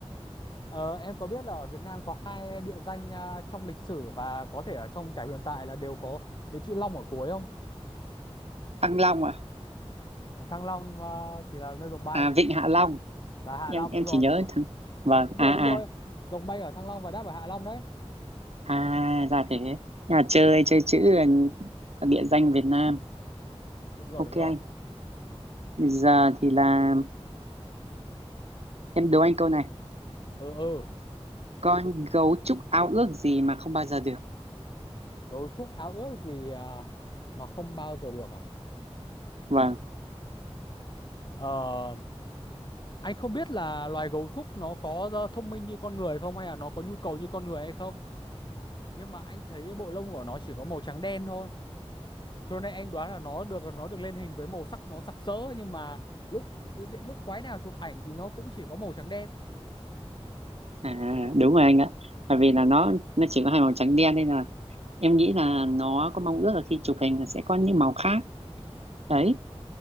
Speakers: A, on the left; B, on the right.
A: Ờ, em có biết là ở Việt Nam có hai địa danh à, trong lịch sử và có thể ở trong cả hiện tại là đều có cái chữ Long ở cuối không?
B: Thăng Long à
A: ở Thăng Long ờ, chỉ là nơi dòng bay
B: à Vịnh Hạ Long
A: và Hạ
B: em
A: Long
B: em
A: đúng rồi
B: chỉ nhớ
A: đúng rồi
B: thằng vâng
A: đúng
B: à
A: rồi
B: à
A: đúng rồi dòng bay ở Thăng Long và đáp ở Hạ Long đấy
B: à ra thế nhà chơi chơi chữ là là địa danh Việt Nam
A: đúng rồi
B: ok
A: đúng rồi
B: anh bây giờ thì là em đố anh câu này
A: ừ ừ
B: con gấu trúc ao ước gì mà không bao giờ được
A: gấu trúc ao ước gì ờ, mà không bao giờ được à
B: vâng
A: ờ, anh không biết là loài gấu trúc nó có ờ, thông minh như con người không hay là nó có nhu cầu như con người hay không nhưng mà anh thấy bộ lông của nó chỉ có màu trắng đen thôi cho nên anh đoán là nó được nó được lên hình với màu sắc nó sặc sỡ nhưng mà lúc lúc quái nào chụp ảnh thì nó cũng chỉ có màu trắng đen
B: à đúng rồi anh ạ bởi vì là nó nó chỉ có hai màu trắng đen nên là em nghĩ là nó có mong ước là khi chụp hình là sẽ có những màu khác đấy